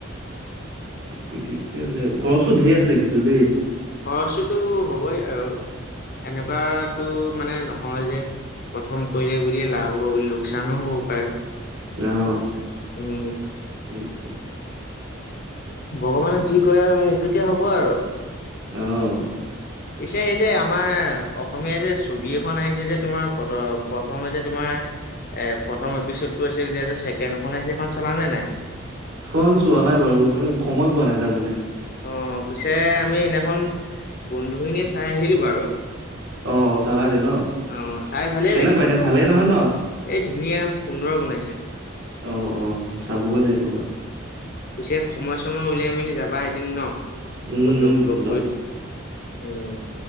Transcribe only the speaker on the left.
খৰচটোতো হ'বই আৰু এনেকুৱো মানে নহয় যে প্ৰথম কৰিলে বুলি লাভ হ'ব বুলি, লোকচানো হ'ব পাৰে।
উম।
ভগৱানে যি ক কৰে আৰু সেইটোকে হ'ব আৰু।
পিছে এই যে আমাৰ অসমীয়া যে, ছবি এখন আহিছে যে তোমাৰ প্ৰথমে যে তোমাৰ এ প্ৰথম এপিচড টো আছিল যে, ছেকেন্দ খন আহিছে সেইখন চালান নে নাই?
অ', পিছে আমি সিদিনাখন বন্ধুখিনিয়ীয়ে চাই আহিলো বাৰু।
অ' চাই ভালে
লাগিলে
এই ধুনীয়া সুন্দৰ বনাইছে।
উম,
পিছে সময় সময় উলাই মেলি যাবা এদিন ন'!
বন্ধুক
লগ কৰি উম।